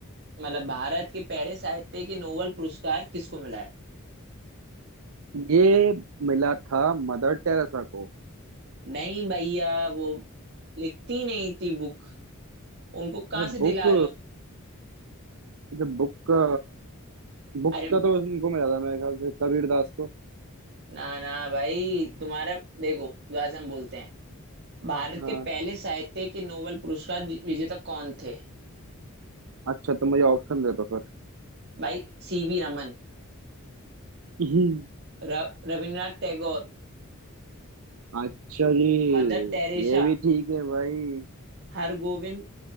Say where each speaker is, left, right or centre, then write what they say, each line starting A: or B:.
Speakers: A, on the right; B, on the right.
A: मतलब भारत के पहले साहित्य के नोबेल पुरस्कार किसको मिला है
B: ये मिला था मदर टेरेसा को
A: नहीं भैया वो लिखती नहीं थी बुक उनको कहाँ
B: अच्छा
A: से दिला
B: बुक
A: रहे हो
B: अच्छा बुक का बुक
A: अरे
B: का तो इनको मिला था मेरे ख्याल से कबीर दास को
A: ना ना भाई तुम्हारा देखो जैसे हम बोलते हैं भारत
B: हाँ
A: के पहले साहित्य के नोबेल पुरस्कार वि- विजेता कौन थे
B: अच्छा तो मुझे ऑप्शन दे दो फिर
A: भाई सीवी रमन
B: हम्म,
A: र, रविन्द्रनाथ टैगोर
B: अच्छा जी
A: मदर टेरेसा
B: ये भी ठीक है भाई
A: हरगोविंद